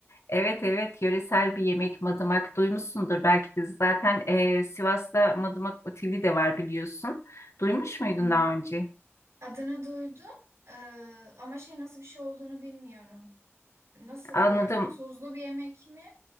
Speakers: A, on the left (about 75°); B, on the right (about 75°).
A: Evet evet yöresel bir yemek madımak duymuşsundur belki de zaten eh, Sivas'ta Madımak Oteli de var biliyorsun. Duymuş
B: Hmm.
A: muydun daha önce?
B: Adını duydum Ee, ama şey nasıl bir şey olduğunu bilmiyorum. Nasıl
A: Anladım.
B: yani? Tuzlu bir yemek mi?